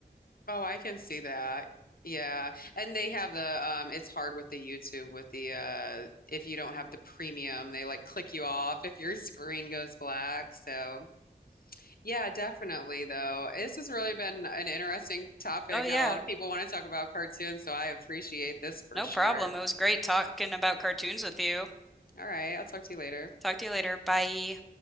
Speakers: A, on the left (about 60°); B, in the centre.
A: Oh, I can see that. Yeah. And they have the um it's hard with the YouTube with the uh if you don't have the premium, they like click you off if your screen goes black. So, yeah, definitely though. This has really been an interesting topic.
B: Oh yeah,
A: Not a lot of people want to talk about cartoons, so I appreciate this for
B: no
A: sure.
B: problem. It was great talking about cartoons with you.
A: All right, I'll talk to you later.
B: Talk to you later. Bye.